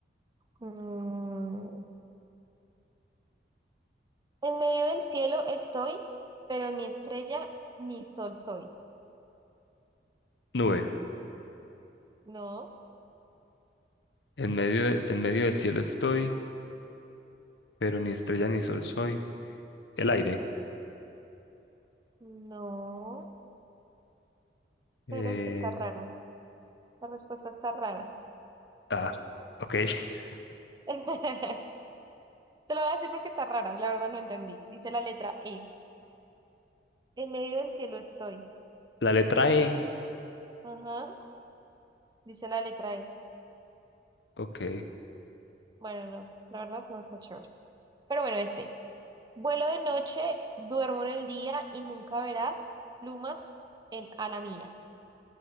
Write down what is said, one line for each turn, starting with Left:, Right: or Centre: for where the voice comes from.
Right: Mm, En medio del cielo estoy, pero ni estrella ni sol soy.
Left: Nube.
Right: No,
Left: En medio, de- en medio del cielo estoy, pero ni estrella ni sol soy. El aire.
Right: no.
Left: Eh,
Right: Pero es que está raro. La respuesta está rara.
Left: ah, ok. <laughs>
Right: <laughs> Te lo voy a decir porque está rara. La verdad no entendí. Dice la letra E. En medio del cielo estoy.
Left: La letra E.
Right: Ajá. Dice la letra E.
Left: Ok.
Right: Bueno, no. La verdad no está chévere. Pero bueno, este. Vuelo de noche, duermo en el día y nunca verás plumas en ala mía.